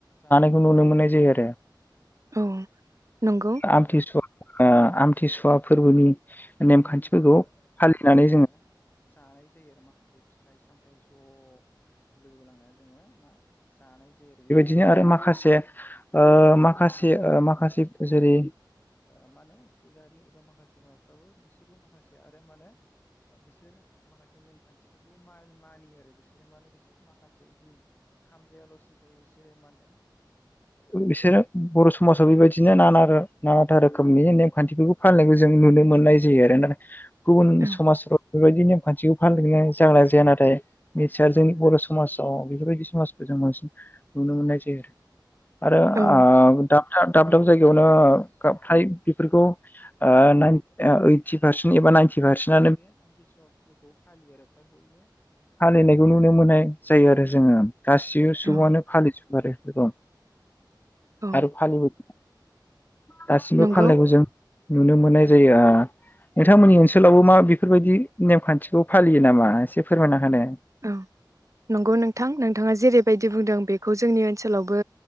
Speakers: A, on the left; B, on the right.
A: नुनो मोननाय जायो आरो
B: औ नंगौ
A: आमथिसुवा ओ आमथिसुवा फोरबोनि नेमखान्थिफोरखौ फालिनानै जोंङो से ओ माखासे ओ माखासे जेरै बिसोरो बर समासाव बेबायदिनो नाना रोखोमनि नेमखान्थिखौ जों नुनो मोननाय जायो गुबुन
B: औ
A: समाजफ्राव बेफोरबायदि नेमखान्थिखौ फालिनाय जागोना जाया नाथाय <unintelligible> नुनो मोन्नाय जायो। आरो
B: औ
A: ओ डाकटार दाब दाब जायगायावनो फ्राय बेफोरखौ नाइन इडथि फारसेन एबा नाइनथि फारसेन फालिनायखौ नुनो मोननाय जायो आरो गासिबो सुबुंआनो
B: औ
A: फालिजोबो आरो गोबां
B: औ
A: आरो फालियो दासिमबो
B: नंगौ
A: फालिनायखौ जों नुनो मोननाय जायो नोंथांमोननि ओनसोलावबो मा बेफोरबायदि नेम खान्थिखौ फालियो नामा एसे फोरमायना होदो
B: औ नंगौ नोंथां नोंथाङा जेरैबायदि बुंदों बेखौ जोंनि ओनसोलावबो